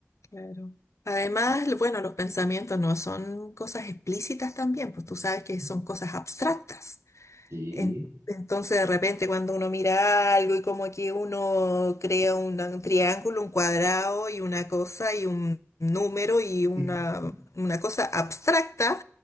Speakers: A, on the left; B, on the right.
A: Claro. Además, lo- bueno, los pensamientos no son cosas explícitas también, pues
B: Ujú.
A: tú sabes que son cosas abstractas.
B: Sí.
A: En- Entonces, de repente, cuando uno mira algo y como que uno crea una- un triángulo, un cuadrado y una cosa y un número y una,
B: Ujú.
A: una cosa abstracta,